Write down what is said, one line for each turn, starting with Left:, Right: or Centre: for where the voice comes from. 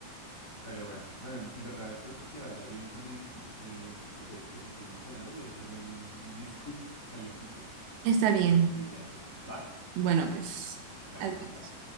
Left: Pero bueno, bueno, en, en verdad espero que te vaya bien con eso. Eh, si quieres, pues ya seguimos hablando. Voy a hacerme un, un Nesquik calientico
Right: Está bien.
Left: y ya subo. ¿Va?
Right: Bueno, pues.
Left: Dale,
Right: adiós.
Left: no me tardo.